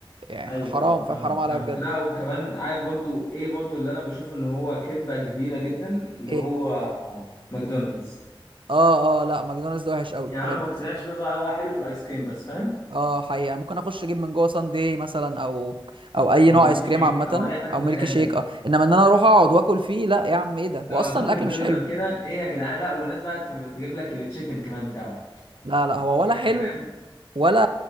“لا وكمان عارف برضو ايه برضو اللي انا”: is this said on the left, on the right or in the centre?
Left